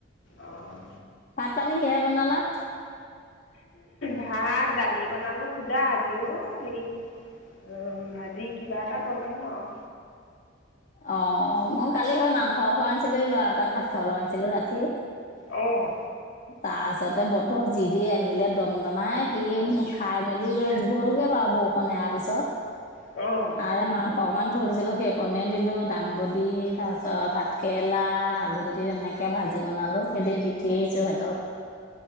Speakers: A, on the left; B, on the left.
A: অঁ
B: ভাত পানী কিহে বনালা?
A: ভাত, দালি বনালোঁ সোধা আজি অ'হেৰি উম, ভাজি কিবা এটা বনালোঁ আওঁ।
B: অ' মই কালি হয় মাংস <unintelligible> আনিছিলো এই ল'ৰা এটাক ভাত খাবলে মাতিছিলোঁ ৰাতি।
A: অ',
B: <inaudible> তাৰপিছতে বতৰ যি দি আহিলে দমদমাই সি খাই মেলি <unintelligible> গ'লগে বাৰু বৌ সোণ এৰা পিছত।
A: অ',
B: আৰে মাংস অকণমান থৈ দিছিলোঁ সেইকণ এনে দিলোঁ দাংবদি, তাৰপিচত ভাতকেৰেলা আলুগুটি তেনেক কে ভাজি বনালো সেই দে দি থৈ আহিছো সেহঁতক।